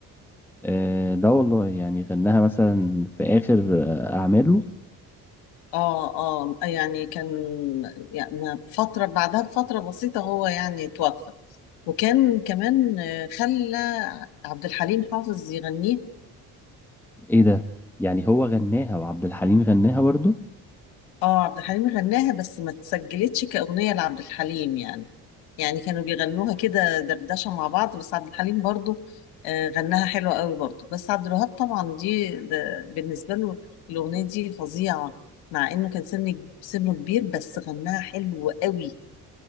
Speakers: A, in the centre; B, on the left (about 80°).
A: آه، ده والله يعني غناها مثلا في آخر آه، أعماله
B: اه اه يعني كان يعني فتره بعدها بفتره بسيطه هو يعني توفى وكان كمان آه، خلى عبد الحليم حافظ يغنيها
A: إيه ده يعني هو غناها وعبد الحليم غناها برضو
B: اه عبد الحليم غناها بس ما اتسجلتش كأغنية لعبد الحليم يعني يعني كانوا بيغنوها كده دردشة مع بعض بس عبد الحليم برضو آه، غناها حلوة قوي برضو بس عبد الوهاب طبعا دي ده بالنسبة له الأغنية دي فظيعة مع إنه كان سن سنه كبير بس غناها حلو قوي